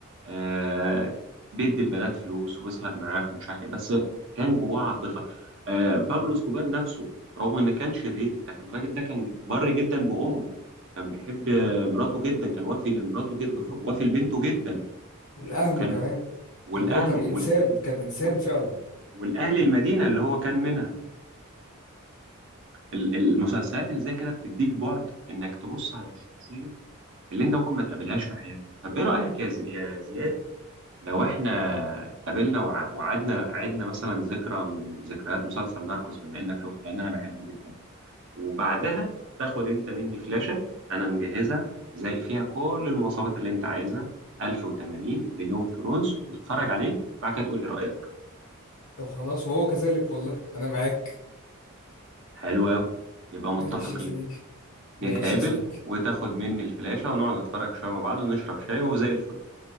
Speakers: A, on the right; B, on the left.
A: آه بيدي البنات فلوس وبيسهر معاهم مش عارف ايه بس كان جواه عاطفه آه بابلو اسكوبار نفسه رغم انه كان شرير لكن الراجل ده كان بر جدا بامه كان بيحب آه، مراته جدا كان وافي لمراته جدا وافي لبنته جدا
B: والأهله
A: آه، كان
B: كمان
A: والاهله
B: يعني هو كان
A: وال...
B: إنسان كان إنسان
A: وال-
B: فعلا
A: والاهل المدينه اللي هو كان منها فالمسلسلات اللي زي كده بتديك بعد انك تبص على الشخصيه اللي انت ممكن ما تقابلهاش في حياتك طب ايه رايك يا زي... يا زياد لو احنا قابلنا وع- وقعدنا عدنا مثلا ذكرى من ذكريات مسلسل ناركوس بما انك شفته لان انا بحبه جدا وبعدها تاخد انت مني فلاشة انا مجهزها زي فيها كل المواصفات اللي انت عايزها 1080 لجيم اوف ثرونز وتتفرج عليه وبعد كده تقول لي رأيك
B: طب خلاص وهو كذلك والله أنا معاك
A: حلو قوي يبقى متفقين
B: ماشي يا صديقي ماشي
A: نتقابل
B: يا صديقي
A: وتاخد مني الفلاشة ونقعد نتفرج شوية مع بعض ونشرب شاي وزي الفل